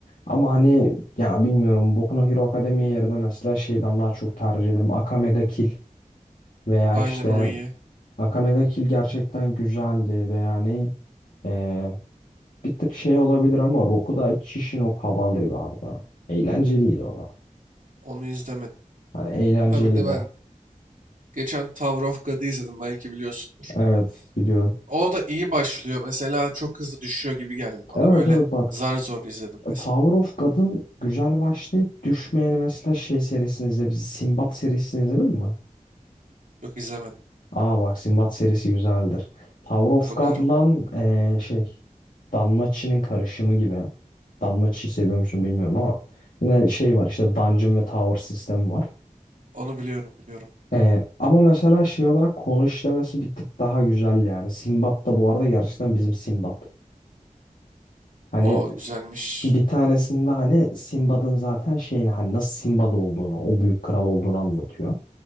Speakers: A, on the left (about 75°); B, on the right (about 70°).
A: Ama hani ya bilmiyorum Boku no Hero Academia yerine mesela şey ben daha çok tercih ederim. Akame ga Kill. Veya
B: Aynen
A: işte
B: o iyi
A: Akame ga Kill gerçekten güzeldi veya ne eee, bir tık şey olabilir ama Rokudai Kishin o Cavalry vardı. Eğlenceliydi o da.
B: onu izlemedim.
A: Hani eğlenceliydi.
B: Ha bir de ben geçen Tower of God'u izledim belki biliyorsundur.
A: Evet biliyorum.
B: O da iyi başlıyor mesela çok hızlı düşüyor gibi geldi bana
A: Evet
B: böyle
A: evet bak
B: zar zor izledim resmen.
A: Tower of God'ın güzel başlayıp düşmeyeni mesela şey serisini izle bizi Sinbad serisini izledin mi?
B: Yok izlemedim.
A: Aa bak Sinbad serisi güzeldir. Tower of
B: Bakarım.
A: God'lan eee, şey Danmachi'nin karışımı gibi. Danmachi'yi seviyor musun bilmiyorum ama yine şey var işte Dungeon ve Tower sistemi var.
B: Onu biliyorum biliyorum.
A: Eee, ama mesela şey olarak konu işlemesi bir tık daha güzel yani. Sinbad da bu arada gerçekten bizim Sinbad. Hani
B: O güzelmiş.
A: bir tanesinde hani Sinbad'ın zaten şeyini hani nasıl Sinbad olduğunu, o büyük kral olduğunu anlatıyor.